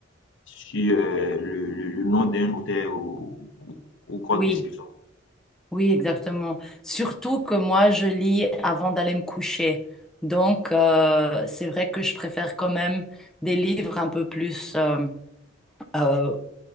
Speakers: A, on the left; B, in the centre.
A: sur euh, le, le- le nom d'un auteur ou, ou, ou quoi
B: Oui,
A: que ce soit.
B: oui, exactement. Surtout que moi, je lis avant d'aller me coucher. Donc, euh, c'est vrai que je préfère quand même des livres un peu plus. euh, euh,